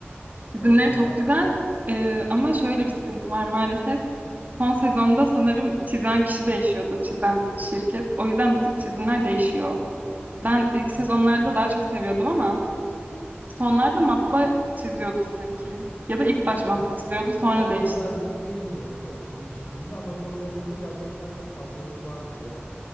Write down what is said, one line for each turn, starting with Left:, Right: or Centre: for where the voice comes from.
Right: Çizimleri
Left: Valla
Right: çok güzel Ee, ama şöyle bir sıkıntı var maalesef. Son sezonda sanırım çizen kişi değişiyordu, çizen şirket. O yüzden bir tık çizimler değişiyor. Ben ilk
Left: son
Right: sezonlarda daha çok seviyordum ama sonlarda mappa çiziyordu sanki. Ya da ilk baş mappa
Left: ya
Right: çiziyordu sonra
Left: ben o
Right: değişti.
Left: kadar bilmiyorum da kimin çizdiğini ama son sezonda gerçekten bir farklılık vardı ya.